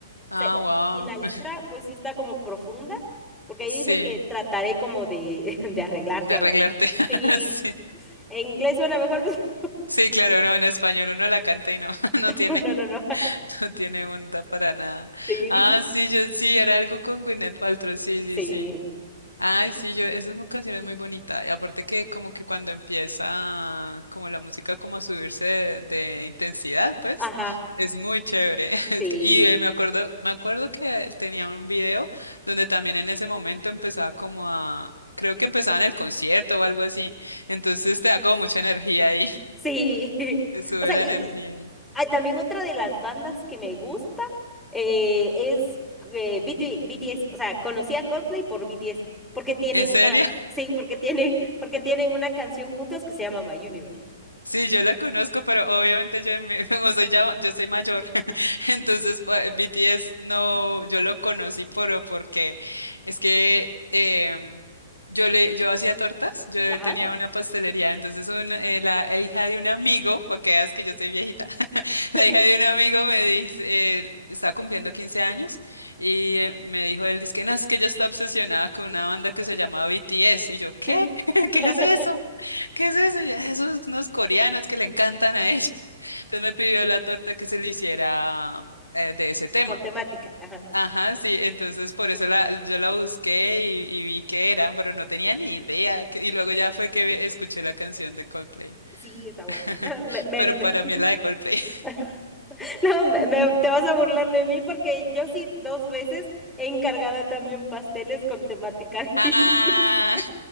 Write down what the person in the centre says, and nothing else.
sea, y,
y la letra pues sí está como profunda, porque ahí
dice que trataré como de, <laughs> de arreglarte
o
algo así.
Sí,
en inglés suena mejor, <laughs>
pero no, no, no.
Sí,
sí,
y-
ajá,
sí,
sí. <laughs>
O sea,
y,
y-
ah, también otra de las bandas que me gusta eh, es eh, B T B T S O sea, conocí a Coldplay por B T S porque tienen
una, sí, porque tiene, porque tienen una canción juntos que se llama My Universe.
Ajá.
<laughs>
Sí.
<laughs>
con temática. Ajá.
Sí, está bueno.
<laughs> No, me, me-
me-
<laughs> no, me- me- te vas a burlar de mí porque yo sí dos veces he encargado también pasteles con temática de
bichis. <laughs>